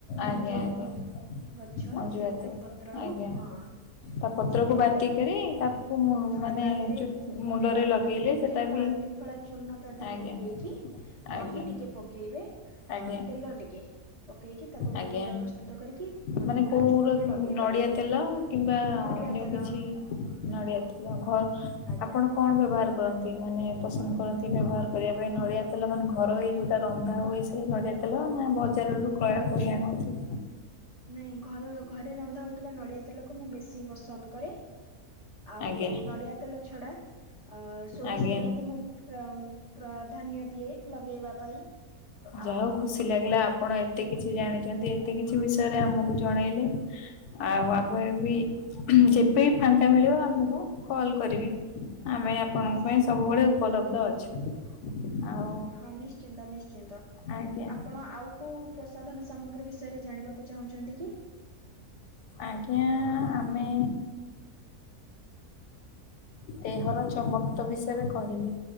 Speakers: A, on the right; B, on the left.
A: ମଞ୍ଜୁଆତି
B: ଆଜ୍ଞା ଆଜ୍ଞା
A: ଗଛ
B: ମଞ୍ଜୁଆତି
A: ଅଛି ତା ପତ୍ରରୁ
B: ଆଜ୍ଞା
A: ହଁ
B: ତା ପତ୍ରକୁ
A: ସେଇ ପତ୍ରରୁ।
B: ବାଟିକରି ତାକୁ
A: ହଁ
B: ମାନେ
A: ତା ଦେହରେ
B: ମୁଣ୍ଡରେ ଲଗେଇଲେ
A: ଅଁ ଯୋଉ
B: ସେଟା
A: ତ୍ରିଫଳା
B: ବି
A: ତ୍ରିଫଳା ଚୂର୍ଣ ତା ଦେହରେ
B: ଆଜ୍ଞା
A: ପକେଇକି ଦହି
B: ଆଜ୍ଞା
A: ଟିକେ ପକେଇବେ ଅ
B: ଆଜ୍ଞା
A: ତେଲ ଟିକେ ପକେଇକି ତାକୁ ଗୋଟେ
B: ଆଜ୍ଞା
A: ଘୋଳ ପ୍ରସ୍ତୁତ କରିକି
B: ମାନେ
A: ପୁରା
B: କୋଉର
A: ଚୁଟିରେ ଲଗେଇ
B: ନଡିଆ
A: ପାରିବେ।
B: ତେଲ କିମ୍ବା
A: ନଡିଆ
B: ଅନ୍ୟ
A: ତେଲ
B: କିଛି ନଡ଼ିଆ ତେଲ ଘର୍
A: ଆଜ୍ଞା
B: ଆପଣ କଣ ବ୍ୟବହାର କରନ୍ତି ମାନେ ପସନ୍ଦ କରନ୍ତି ବ୍ୟବହାର କରିବା ପାଇଁ ନଡ଼ିଆ ତେଲ ମାନେ ଘରୋଇ ଯୋଉଟା ରନ୍ଧା ହୁଏ ସେ ସେ ନଡ଼ିଆ ତେଲ ନା ବଜାରରୁ କ୍ରୟ କରି ଆଣନ୍ତି?
A: ନାଇଁ ଘର ଘରେ ରନ୍ଧା ହଉଥିବା ନଡିଆ ତେଲକୁ ମୁଁ ବେଶୀ ପସନ୍ଦ କରେ‌ ଆଉ
B: ଆଜ୍ଞା ଆଜ୍ଞା
A: ନଡିଆ ତେଲ ଛଡା ଅ ସୋରିଷ
B: ଆଜ୍ଞା
A: ତେଲକୁ ମୁଁ ପ୍ର ପ୍ରଧାନ୍ୟ ଦିଏ ଲଗେଇବା ପାଇଁ।
B: ଯାଆ
A: ଆଉ
B: ହଉ ଖୁସି ଲାଗିଲା ଆପଣ ଏତେ କିଛି ଜାଣିଛନ୍ତି ଏତେ କିଛି ବିଷୟରେ ଆମକୁ ଜଣେଇଲେ। ଆଉ ଆମେ ବି ହୁଁ ଯେବେ ଫାଙ୍କା ମିଳିବ ଆମକୁ କଲ କରିବେ। ଆମେ ଆପଣଙ୍କ
A: ନିଶ୍ଚିନ୍ତ
B: ପାଇଁ ସବୁବେଳେ ଉପଲବ୍ଧ ଅଛୁ ଆଉ
A: ହଁ ନିଶ୍ଚିନ୍ତ-ନିଶ୍ଚିନ୍ତ,
B: ଆଜ୍ଞା
A: ଆପଣ ଆଉ କୋଉ ପ୍ରସ୍ ସାଧନ ସାମଗ୍ରୀ ବିଷୟରେ ଜାଣିବାକୁ ଚାହୁଁଛନ୍ତି କି?
B: ଆଜ୍ଞା-ଆ-ଆ ଆମେ ଦେହର ଚମକ ତ ବିଷୟରେ କହିଲି।